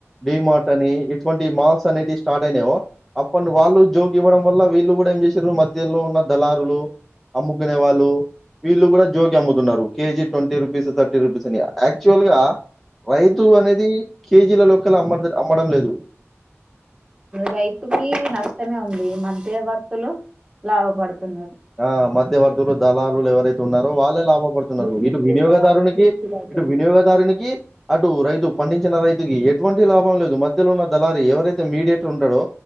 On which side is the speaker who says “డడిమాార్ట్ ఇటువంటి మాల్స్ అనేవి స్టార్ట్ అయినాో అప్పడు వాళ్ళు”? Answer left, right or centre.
Centre